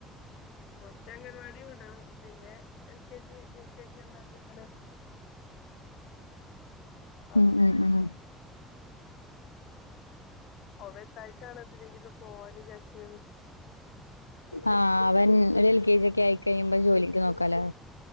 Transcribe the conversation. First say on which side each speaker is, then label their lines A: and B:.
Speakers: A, on the left; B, on the left.
A: കൊർച് അംഗൻവാടിവിടണം പിന്നെ L K G U K G എന്നതിരിങ്ങനെ <inaudible>
B: അ അ അഹ്
A: ഓ വെലതായിട്ടാണം ന്തിനെങ്കിലും പോവാന് വിചാരിച്ചിങ്ങനെ
B: ആഹ് വൻ ഒരു എൽ കെ ജി ഒക്കെ ആയിക്കഴിയുമ്പ ജോലിക്ക് നോക്കാല്ലേ.